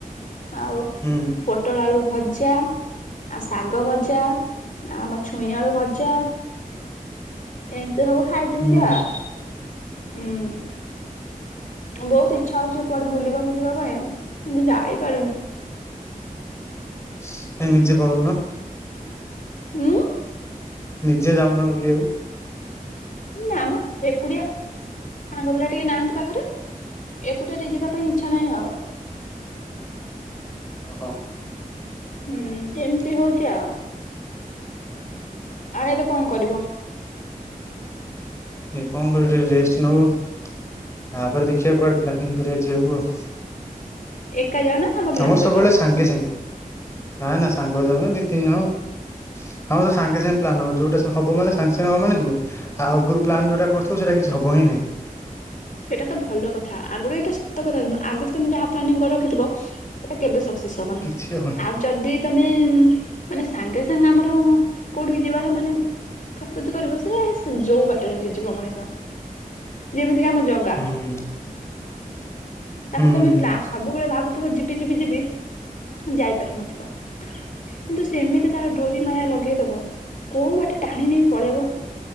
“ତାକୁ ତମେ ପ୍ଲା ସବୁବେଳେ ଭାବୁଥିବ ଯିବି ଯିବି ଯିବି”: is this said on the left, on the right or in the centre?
Left